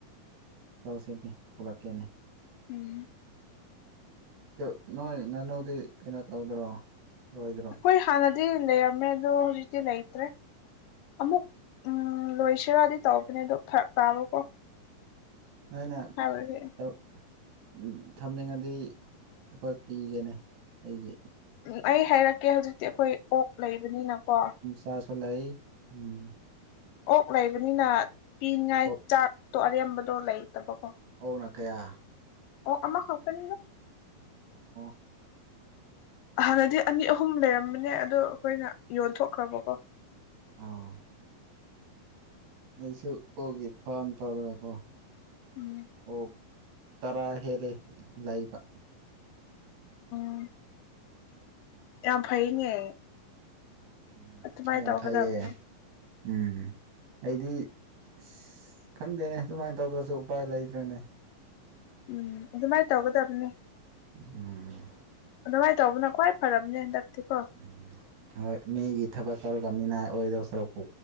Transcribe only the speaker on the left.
ꯎꯝ꯫
ꯑꯩꯈꯣꯏ ꯍꯥꯟꯅꯗꯤ ꯂꯩꯔꯝꯃꯦ ꯑꯗꯣ ꯍꯧꯖꯤꯛꯇꯤ ꯂꯩꯇ꯭ꯔꯦ꯫ ꯑꯃꯨꯛ ꯎ ꯂꯣꯏꯁꯤꯔꯗꯤ ꯇꯧꯕꯧꯕꯅꯦ ꯑꯗꯣ ꯐꯔꯛ ꯇꯥꯕꯀꯣ꯫
ꯍꯥꯏꯕꯗꯤ
ꯎꯝ ꯑꯩ ꯍꯥꯏꯔꯛꯀꯦ ꯍꯧꯖꯤꯛꯇꯤ ꯑꯩꯈꯣꯏ ꯑꯣꯛ ꯂꯩꯕꯅꯤꯅꯀꯣ꯫
ꯑꯣꯛ ꯂꯩꯕꯅꯤꯅ ꯄꯤꯅꯤꯡꯉꯥꯏ
ꯆꯥꯛꯇꯣ ꯑꯔꯦꯝꯕꯗꯣ ꯂꯩꯇꯕꯀꯣ꯫
ꯑꯣꯛ ꯑꯃꯥ ꯈꯛꯇꯅꯤꯗ꯫
ꯍꯥꯟꯅꯗꯤ ꯑꯅꯤ ꯑꯍꯨꯝ ꯂꯩꯔꯝꯕꯅꯦ ꯑꯗꯣ ꯑꯩꯈꯣꯏꯅ ꯌꯣꯟꯊꯣꯛꯈ꯭ꯔꯕꯀꯣ꯫
ꯎꯝ
ꯎꯝ ꯌꯥꯝ ꯐꯩꯅꯦ꯫
ꯑꯗꯨꯃꯥꯏꯅ
ꯇꯧꯒꯗꯕꯅꯦ
ꯎꯝ ꯑꯗꯨꯃꯥꯏꯅ ꯇꯧꯒꯗꯕꯅꯦ
ꯑꯗꯨꯃꯥꯏ ꯇꯧꯕꯅ ꯈ꯭ꯋꯥꯏ ꯐꯔꯕꯅꯦ ꯍꯟꯗꯛꯇꯤꯀꯣ꯫